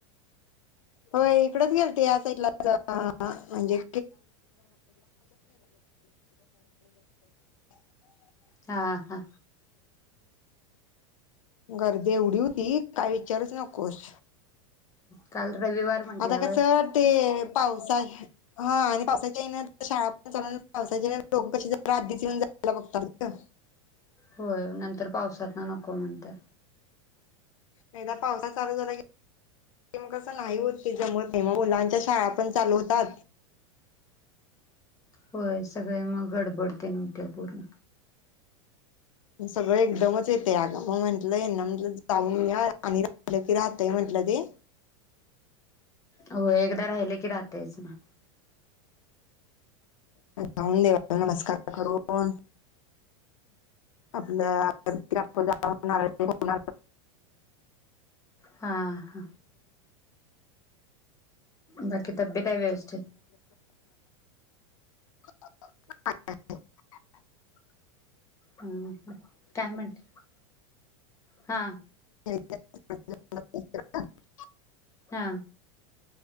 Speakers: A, on the left; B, on the left.
A: हो इकडच गेलते या साईडला म्हणजे <unintelligible>
B: हा हा
A: गर्दी एवढी होती. काय विचारुच नकोस?
B: काल रविवार म्हटल्यावर
A: आता कस ते पावसा हा आणि पावसाच्या येणं शाळा पण चालू पावसाच्या ह्यांन लोक कशी जरा आधीच येऊन जायला बघतात ग.
B: होय नंतर पावसात ना नको म्हणतात.
A: एकदा पावसाळा चालू झाला की मगच अता नाही होत ते जमत नाही मग मुलांचे च्या शाळा पण चालू होतात.
B: होय सगळे मग गडबड तेन होत्या पूर्ण.
A: सगळं एकदमच येतय अग मग म्हटलं ह्यांना ना म्हटलं जाऊन येऊया आणि राहिलं की राहतय म्हटलं ते
B: हो एकदा राहिले की राहतेच ना.
A: जाऊन देवाचा नमस्कार करून आपलं अगरबत्ती, कापूर लावून नारळ एक देऊन
B: हा हा बाकी तब्येत आहे व्यवस्थित.
A: <unintelligible>
B: हम काय म्हणतेत? हा
A: <unintelligible>
B: हा